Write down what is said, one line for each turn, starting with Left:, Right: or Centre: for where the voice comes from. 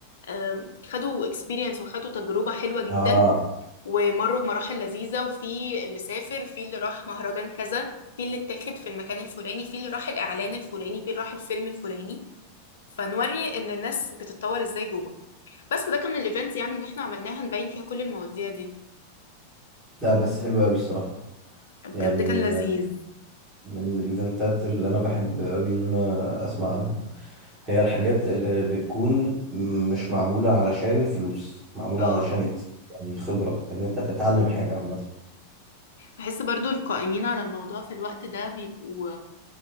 Left: آم، خدوا اكسبيرينس وخدوا تجربة حلوة جدا
Right: اه
Left: ومروا بمراحل لذيذة وفي اللي سافر في اللي راح مهرجان كذا في اللي اتاخد في المكان الفلاني في اللي راح الإعلان الفلاني في اللي راح الفيلم الفلاني فنوري إن الناس بتتطور إزاي جوه بس ده كان من الإيفنتس يعني اللي احنا عملناها نبين فيها كل المواضيع دي
Right: لا بس حلو قوي الصراحه
Left: بجد
Right: يعني
Left: كان لذيذ
Right: من الايفنتات اللي انا بحب قوي ان انا اسمع عنها هي الحاجات اللي بتكون مش معمولة علشان فلوس معمولة
Left: اه
Right: علشان يكسب يعني خبرة ان انت تتعلم حاجة عامة
Left: بحس برضو القائمين على الموضوع في الوقت ده بيبقوا